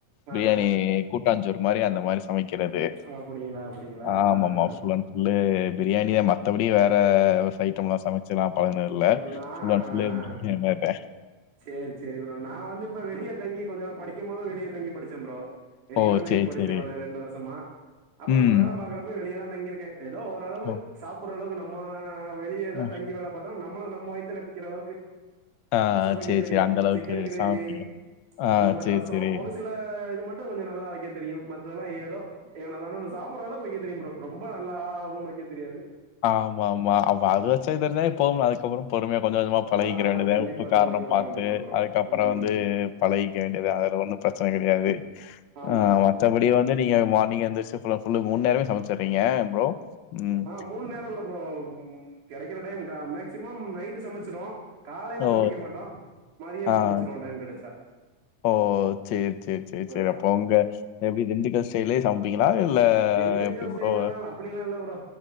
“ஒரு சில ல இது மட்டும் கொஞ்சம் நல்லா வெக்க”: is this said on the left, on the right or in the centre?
Right